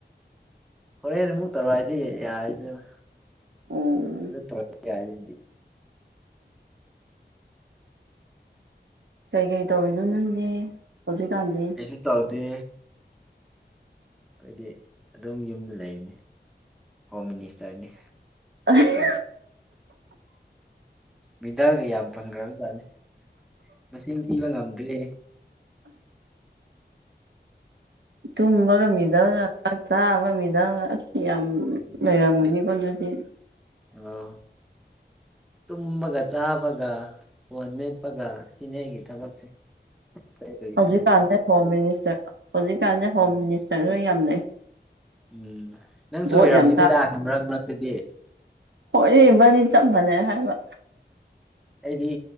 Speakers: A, in the centre; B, on the right (about 75°).
A: ꯍꯣꯔꯦꯟ ꯑꯃꯨꯛ ꯇꯧꯔꯛꯑꯗꯤ ꯌꯥꯔꯦꯗꯅ
B: ꯑꯣ
A: ꯑꯗꯨ ꯇꯧꯔꯛꯄ ꯌꯥꯔꯗꯤ
B: ꯀꯩꯀꯩ ꯇꯧꯔꯤꯅꯣ ꯅꯪꯗꯤ ꯍꯧꯖꯤꯛꯀꯥꯟꯗꯤ
A: ꯀꯩꯁꯨ ꯇꯧꯗꯦ ꯑꯩꯈꯣꯏꯗꯤ ꯑꯗꯨꯝ ꯌꯨꯝꯗ ꯂꯩꯔꯤꯅꯤ ꯍꯣꯝ ꯃꯤꯅꯤꯁꯇꯔꯅꯤ
B: <unintelligible>
A: ꯃꯦꯗꯜꯒ ꯌꯥꯝ ꯐꯪꯈ꯭ꯔꯕꯖꯥꯠꯅꯤ ꯃꯁꯤꯡ ꯊꯤꯕ ꯉꯝꯗ꯭ꯔꯦ
B: ꯇꯨꯝꯕꯒ ꯃꯦꯗꯜꯂ ꯆꯥꯛ ꯆꯥꯕꯩ ꯃꯦꯗꯜꯂ ꯑꯁ ꯌꯥꯝ
A: ꯎꯝ
B: ꯂꯩꯔꯝꯒꯅꯤꯀꯣ ꯑꯗꯨꯗꯤ
A: ꯑꯣ ꯇꯨꯝꯕꯒ ꯆꯥꯕꯒ ꯐꯣꯟ ꯃꯦꯠꯄꯒ ꯁꯤꯅꯦ ꯑꯩꯒꯤ ꯊꯕꯛꯁꯦ ꯑꯇꯩ ꯀꯔꯤꯁꯨ
B: ꯍꯧꯖꯤꯛꯀꯥꯟꯁꯦ
A: ꯂꯩꯇꯦ
B: ꯍꯣꯝ ꯃꯤꯅꯤꯁꯇꯔ ꯍꯧꯖꯤꯛꯀꯥꯟꯁꯦ ꯍꯣꯝ
A: ꯎꯝ
B: ꯃꯤꯅꯤꯁꯇꯔꯁꯨ ꯌꯥꯝ ꯂꯩ
A: ꯎꯝ ꯅꯪꯁꯨ
B: ꯚꯣꯠ
A: ꯑꯣꯏꯔꯝꯒꯅꯤꯗ
B: ꯌꯥꯝ
A: ꯃꯔꯛ ꯃꯔꯛꯇꯗꯤ
B: ꯑꯣꯏꯔ‌ꯦ ꯏꯕꯥꯅꯤ ꯆꯞ ꯃꯥꯅꯩ ꯍꯥꯏꯔꯒ
A: ꯑꯩꯗꯤ